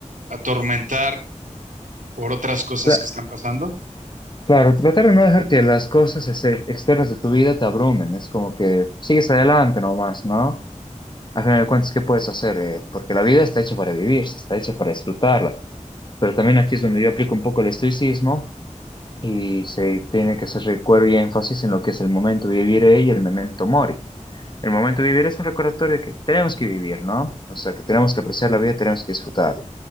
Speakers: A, on the right; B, on the left.
A: atormentar por otras cosas
B: Cla-
A: que están pasando.
B: claro, tratar de no dejar que las cosas este, externas de tu vida te abrumen, es como que sigues adelante nomás, ¿no? Al final de cuentas, ¿qué puedes hacer? Eh, porque la vida está hecha para vivir, está hecha para disfrutarla. Pero también aquí es donde yo aplico un poco el estoicismo y se tiene que hacer recuerdo y énfasis en lo que es el momento vivire y el memento mori. El momento vivir es un recordatorio de que tenemos que vivir, ¿no? O sea, que tenemos que apreciar la vida, tenemos que disfrutarla.